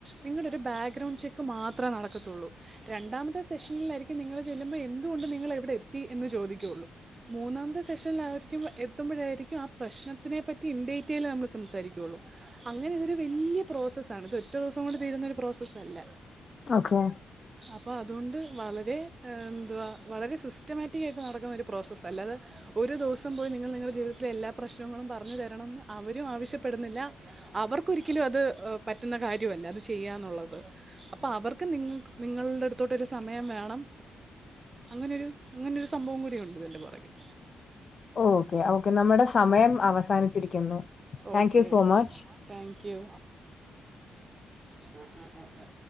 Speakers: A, on the right; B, on the left.
A: നിങ്ങളുടെ ഒരു ബാക്ക്ഗ്രൗണ്ട് ചെക്ക് മാത്രമേ നടക്കത്തുള്ളൂ രണ്ടാമത്തെ സെഷനിലായിരിക്കും നിങ്ങള്ൾ ചെല്ലുമ്പോൾ എന്തുകൊണ്ട് നിങ്ങളിവടെ എത്തി എന്ന് ചോദിക്കുള്ളൂ മൂന്നാമത്തെ സെഷ ൽ എത്തുമ്പോഴായിരിക്കും ആ പ്രശ്നത്തിനെപ്പറ്റി ഇൻ ഡീറ്റെയിൽ നമ്മൾ സംസാരിക്കയുള്ളൂ അങ്ങനെ ഇതൊരു വലിയ പ്രോസസ്സാണ് ഇത് ഒറ്റ ദിവസം കൊണ്ട് തീരുന്നൊരു പ്രോസസ്സല്ല
B: ഓക്കെ
A: അപ്പ അതോണ്ട് വളരെ എന്തുവാ വളരെ സിസ്റ്റമാറ്റിക്ക ആയിട്ട് നടക്കുന്നൊ ഒരു പ്രോസസ്സസ് അല്ലാതെ ഒരു ദിവസം പോയി നിങ്ങൾ നിങ്ങളുടെ ജീവിതത്തിലെ എല്ലാ പ്രശ്നങ്ങളും പറഞ്ഞു തരണംന്ന് അവരും ആവശ്യപ്പെടുന്നില്ല അവർക്കൊരിക്കലും അത് പറ്റുന്ന കാര്യ- ല്ല അത് ചെയ്യാന്നുള്ളത് അപ്പൊ അവർക്ക് നിങ്ങ നിങ്ങളുടെടു- തോട്ടൊരു സമയം വേണം അങ്ങനെയൊരു അങ്ങനൊരു സംഭവം കൂടിയുണ്ട് ഇതിൻ്റെ പുറകെല്
B: ഓക്കെ ഓക്കെ നമ്മുടെ സമയം അവസാനിച്ചിരിക്കുന്നു thank
A: okay
B: you so much
A: thank you ah ah